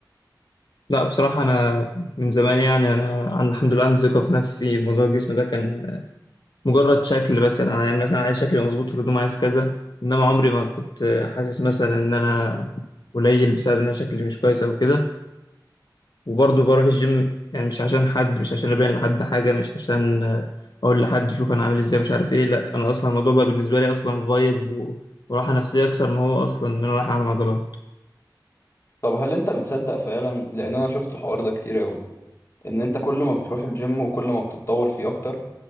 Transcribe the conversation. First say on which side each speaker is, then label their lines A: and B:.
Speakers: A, on the left; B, on the left.
A: لا بصراحة أنا من زمان يعني أنا عن- الحمد لله عندي ثقة في نفسي موضوع الجسم ده كان مجرد شكل مثلا انا يعني انا مثلا عايز شكلي مظبوط في الهدوم عايز كذا انما عمري ما كنت حاسس مثلا ان انا قليل بسبب ان انا شكلي مش كويس او كده وبرضه بروح الجيم يعني مش عشان حد مش عشان ابين لحد حاجه مش عشان آه، اقول لحد شوف انا عامل ازاي مش عارف ايه لا انا اصلا الموضوع بقى بالنسبه لي اصلا فايب و... وراحه نفسيه اكتر ما هو اصلا ان انا رايح اعمل عضلات
B: طب هل انت بتصدق فعلا لان انا شفت الحوار ده كتير قوي ان انت كل ما بتروح الجيم وكل ما بتتطور فيه اكتر